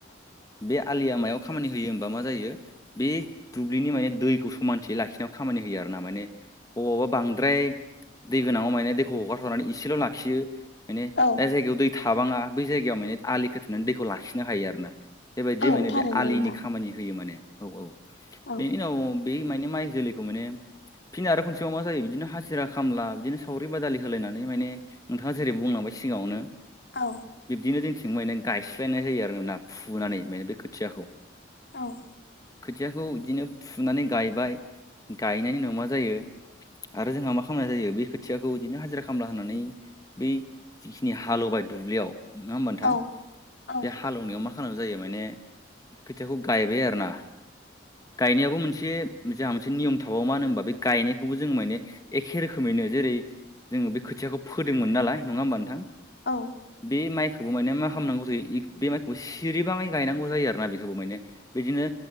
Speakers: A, on the left (about 20°); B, on the left (about 55°).
A: बे आलिया मायाव खामानि होयो होमबा मा जायो बे दुब्लिनि माने दैखौ समानथि लाखिनायाव खामानि होयो आरोना। माने बबावबा बांद्राय दै गोनाङाव माने दैखौ हगारथनानै इसेल' लाखियो। माने
B: औ
A: जाय जायगायाव दै थाबाङा बै जायगायाव माने आलि खोथेनानै दैखौ लाखिनो हायो आरोना। बेबायदि
B: औ
A: माने
B: थारैनो
A: बे आलिनि
B: नोंथां
A: खामानि होयो माने। औ औ
B: औ
A: बेनि उनाव बे माने माइ जैलैखौ माने फिन आरोबाव खनसेबाव मा जायो बिदिनो हाजिरा खामला बिदिनो सावरि बादालि होलायनानै माने नोंथाङा जेरै बुंलांबाय सिगाङावनो
B: औ
A: बिब्दिनो जोंथिं माने गायस्लायनाय जायो आरोना फुनानै माने बे खोथियाखौ
B: औ
A: खोथियाखौ बिदिनो फुनानै गायबाय गायनायनि उनाव मा जायो आरो जोंहा मा खालामनाय जायो बे खोथियाखौ बिदिनो हाजिरा खामला होननानै बै जिखिनि हालेवबाय दुब्लियाव नङा होमबा
B: औ
A: नोंथां
B: औ
A: बे हालेवनायाव मा खालाम जायो माने बे खोथियाखौ गायबाय आरोना। गायनायाबो मोनसे जोंहा मोनसे नियम थाबावो मानो होनोबा बे गायनायखौबो जोंङो माने एखे रोखोमैनो जेरै जोङो बे खोथियाखौ फोदोंमोन नालाय नङा होमबा नोंथां?
B: औ
A: बे माइखौ बो माने मा खालामनौ जायो बे माइखौबो सिरिबाङै गायनांगौ जायो आरोना। बेखौबो माने बिदिनो